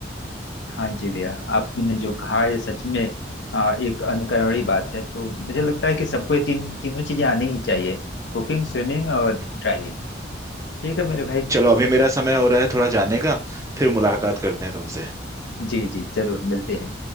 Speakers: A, on the left; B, on the right.
A: हाँ जी भैया आपने जो कहा ये सच में आ, एक अनुकरणीय बात है तो मुझे लगता है कि सबको ये तीन तीनों चीजें आनी ही चाहिए कुकिंग स्विमिंग और
B: हम्म,
A: ड्राइविंग ठीक है मेरे भाई
B: चलो अभी मेरा समय हो रहा है थोड़ा जाने का फिर मुलाकात करते हैं तुमसे
A: जी जी जरूर मिलते हैं